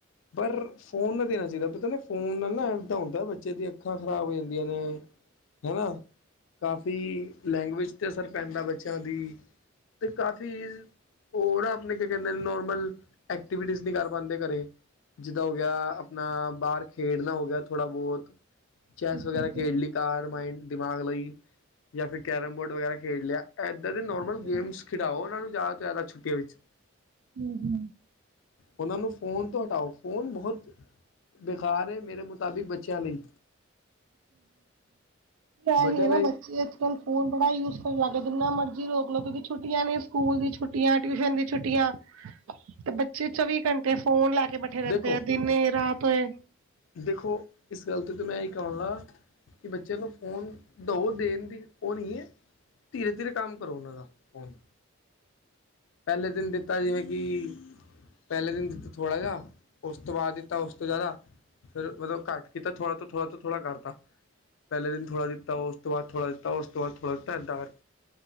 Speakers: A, on the left; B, on the right.
A: ਪਰ <unintelligible> ਫੋਨ ਨਾ ਦੇਣਾ ਚਾਹੀਦਾ ਪਤਾ ਨਾ ਫੋਨ ਨਾਲ ਨਾ ਇੱਦਾਂ ਹੁੰਦਾ ਬੱਚੇ ਦੀਆਂ ਅੱਖਾਂ ਖ਼ਰਾਬ ਹੋ ਜਾਂਦੀਆਂ ਨੇ। ਹਨਾ ਕਾਫ਼ੀ ਲੈਂਗੁਏਜ ਤੇ ਅਸਰ ਪੈਂਦਾ ਬੱਚਿਆਂ ਦੀ ਤੇ ਕਾਫ਼ੀ ਉਹ ਨਾ ਆਪਣੇ ਕੀ ਕਹਿੰਦੇ ਨੋਰਮਲ ਐਕਟੀਵਿਟੀਜ਼ ਨੀ ਕਰ ਪਾਉਂਦੇ ਘਰੇ। ਜਿੱਦਾਂ ਹੋ ਗਿਆ ਆਪਣਾ ਬਾਹਰ ਖੇਡਣਾ ਹੋ ਗਿਆ ਥੋੜ੍ਹਾ ਬਹੁਤ।
B: ਬਿਲਕੁਲ
A: ਚੈਸ ਵਗੈਰਾ ਖੇਡ ਲਈ ਕਾਰ ਮਾਈੰਡ ਦਿਮਾਗ ਲਈ। ਜਾਂ ਫਿਰ ਕੈਰਮ ਬੋਰਡ ਵਗੈਰਾ ਖੇਡ ਲਿਆ। ਇੱਦਾਂ ਦੇ ਨੋਰਮਲ
B: ਬਿਲਕੁਲ
A: ਗੇਮਸ ਖਿਡਾਓ। ਉਹਨਾਂ ਨੂੰ ਜ਼ਿਆਦਾ ਤੋਂ ਜ਼ਿਆਦਾ ਛੁੱਟੀਆਂ ਵਿੱਚ। <inaudible>
B: ਹੂੰ-ਹੂੰ
A: ਉਹਨਾਂ ਨੂੰ ਫੋਨ ਤੋਂ ਹਟਾਓ ਫੋਨ ਬਹੁਤ ਬੇਕਾਰ ਏ। ਮੇਰੇ ਮੁਤਾਬਿਕ ਬੱਚਿਆਂ ਲਈ।
B: ਐਹ
A: ਵੱਡਿਆਂ
B: ਹੀ ਹੈ ਨਾ
A: ਲਈ
B: ਬੱਚੇ ਅੱਜ-ਕੱਲ ਫੋਨ ਬੜਾ ਯੂਜ਼ਫੁ ਲੱਗ ਗਿਆ। ਜਿੰਨਾ ਮਰਜ਼ੀ ਰੋਕ ਲੋ ਕਿਉਂਕਿ ਛੁੱਟੀਆਂ ਨੇ ਸਕੂਲ ਦੀ ਛੁੱਟੀ ਟਿਊਸ਼ਨ ਦੀ ਛੁਟੀਆਂ। ਤੇ ਬੱਚੇ ਚੌਵੀ ਘੰਟੇ ਫੋਨ ਲੈ ਕੇ ਬੈਠੇ ਰਹਿੰਦੇ
A: ਦੇਖੋ
B: ਆ ਦਿਨੇ ਰਾਤ ਹੋਏ।
A: ਦੇਖੋ, ਇਸ ਗੱਲ ਤੇ ਤਾਂ ਮੈਂ ਇਹੀ ਕਹਾਂਗਾ ਕਿ ਬੱਚਿਆਂ ਨੂੰ ਫੋਨ ਦਓ ਦੇਣ ਦੀ ਉਹ ਨਹੀਂ ਹੈ। ਤੀਰੇ-ਤੀਰੇ ਕੰਮ ਕਰੋ ਉਹਨਾਂ ਦਾ ਫੋਨ। ਪਹਿਲੇ ਦਿਨ ਦਿੱਤਾ ਜਿਵੇਂ ਕਿ ਪਹਿਲੇ ਦਿਨ ਦਿੱਤਾ ਥੋੜ੍ਹਾ ਜਿਹਾ ਉਸ ਤੋਂ ਬਾਅਦ ਦਿੱਤਾ ਉਸ ਤੋਂ ਜ਼ਿਆਦਾ। ਫਿਰ ਮਤਲਬ ਘੱਟ ਕੀਤਾ ਤੋਂ ਥੋੜਾ ਤੋਂ ਥੋੜਾ ਕਰਤਾ। ਪਹਿਲੇ ਦਿਨ ਥੋੜਾ ਦਿੱਤਾ ਉਸ ਤੋਂ ਬਾਅਦ ਥੋੜ੍ਹਾ ਦਿੱਤਾ। ਉਸ ਤੋਂ ਬਾਅਦ ਥੋੜਾ ਦਿੱਤਾ‌ ਐਦਾ ਕਰ।